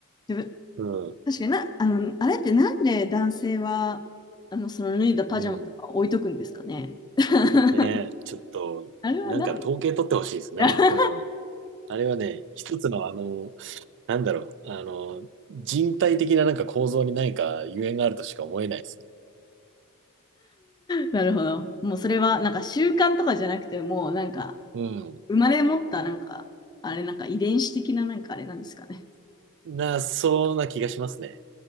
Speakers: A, on the left; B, on the right.
A: 分、
B: うん。
A: 確かにな、あの、あれってなんで男性は、あの、その脱いだパジャマとか置いとくんですかね。
B: うん。
A: <laughs>
B: ねえ、ちょっと、
A: あれは何
B: なんか統計取ってほしいですね。
A: <laughs>
B: うん。あれはね、一つのあの、なんだろう、あの、人体的ななんか構造に何かゆえんがあるとしか思えないですね。
A: なるほど。もうそれはなんか習慣とかじゃなくて、もうなんか
B: うん。
A: 生まれ持ったなんか、あれなんか遺伝子的ななんかあれなんですかね。
B: な、そうな気がしますね。